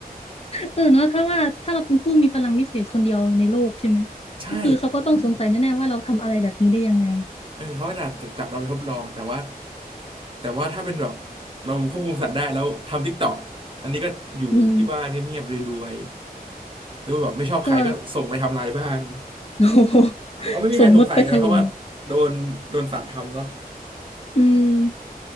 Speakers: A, on the left (about 40°); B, on the right (about 35°).
A: เออเนาะถ้าว่าถ้าเราเป็นผู้มีพลังวิเศษคนเดียวในโลกใช่ไหม
B: ใช่
A: ก็คือเขาก็ต้องสงสัยแน่ๆว่าเราทำอะไรแบบนี้ได้ยังไง
B: เออเขาอาจจะจับเราไปทดลองแต่ว่าแต่ว่าถ้าเป็นแบบเราควบคุมสัตว์ได้แล้วทำ t ิ k กต k อกอันนี้ก็อยู่ที่บ้านเงียบๆรวย
A: อืม
B: ๆหรือว่าแบบไม่ชอบใครก็ส่งไปทำลายบ้าน
A: ก็ <laughs> โอ้โห
B: เอาไม่มีใครสงสัยไงเพราะว่าโดนโดนสัตว์ทำเนาะ
A: ส่งมดไปถล่มอืม